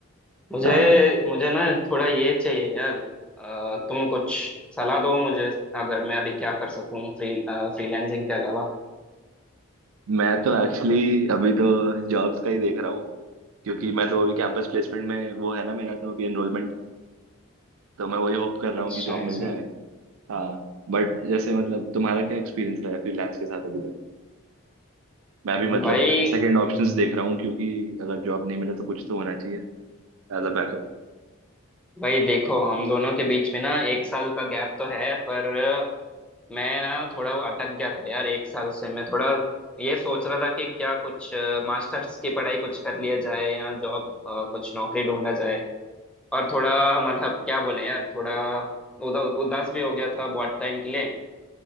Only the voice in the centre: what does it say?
मुझे
मुझे ना थोड़ा ये चाहिए यार अ, तुम कुछ सलाह दो मुझे अगर मैं अभी क्या कर सकूं फ्री फ्रीलैंसिंग के अलावा
अच्छा
है
सुन
भाई
भाई देखो हम दोनों के बीच में ना एक साल का गैप तो है पर मैं ना थोड़ा वो अटक गया था यार एक साल से मैं थोड़ा ये सोच रहा था कि क्या कुछ मास्टर्स की पढ़ाई कुछ कर लिया जाए या जॉब कुछ नौकरी ढूंढा जाए और थोड़ा मतलब क्या बोले यार थोड़ा उदा, उदास भी हो गया था बहुत टाइम के लिए